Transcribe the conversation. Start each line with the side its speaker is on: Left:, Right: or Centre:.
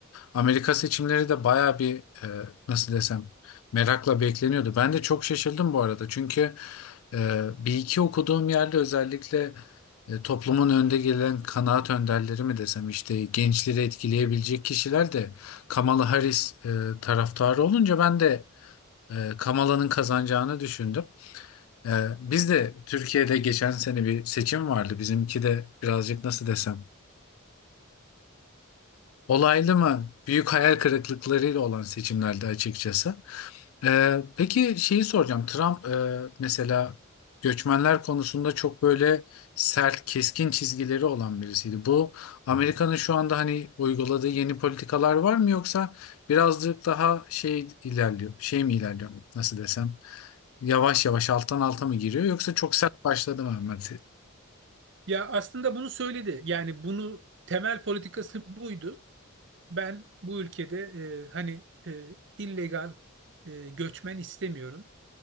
Left: Amerika seçimleri de baya bir e, nasıl desem merakla bekleniyordu. Ben de çok şaşırdım bu arada çünkü e, bir iki okuduğum yerde özellikle e, toplumun önde gelen kanaat önderleri mi desem işte gençleri etkileyebilecek kişiler de Kamala Harris e, taraftarı olunca ben de e, Kamala'nın kazanacağını düşündüm. E, biz de Türkiye'de geçen sene bir seçim vardı. Bizimki de birazcık nasıl desem olaylı mı büyük hayal kırıklıklarıyla olan seçimlerdi açıkçası. Ee, peki şeyi soracağım. Trump e, mesela göçmenler konusunda çok böyle sert, keskin çizgileri olan birisiydi. Bu Amerika'nın şu anda hani uyguladığı yeni politikalar var mı yoksa birazcık daha şey ilerliyor, şey mi ilerliyor nasıl desem? Yavaş yavaş alttan alta mı giriyor yoksa çok sert başladı mı Ahmet?
Right: Ya aslında bunu söyledi. Yani bunu temel politikası buydu. Ben bu ülkede e, hani e, illegal e, göçmen istemiyorum.